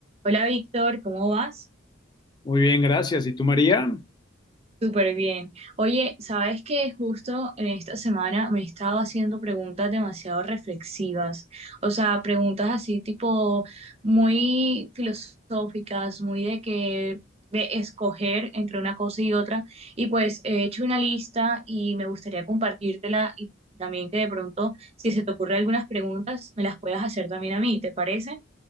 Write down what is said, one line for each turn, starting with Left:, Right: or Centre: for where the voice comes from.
Right: Hola Víctor, ¿cómo vas?
Left: Muy bien, gracias. ¿Y tú, María?
Right: Súper bien. Oye, sabes que justo en esta semana me he estado haciendo preguntas demasiado reflexivas, o sea, preguntas así tipo muy filosóficas, muy de que de escoger entre una cosa y otra. Y pues he hecho una lista y me gustaría compartírtela y también que de pronto, si se te ocurren algunas preguntas, me las puedas hacer también a mí, ¿te parece?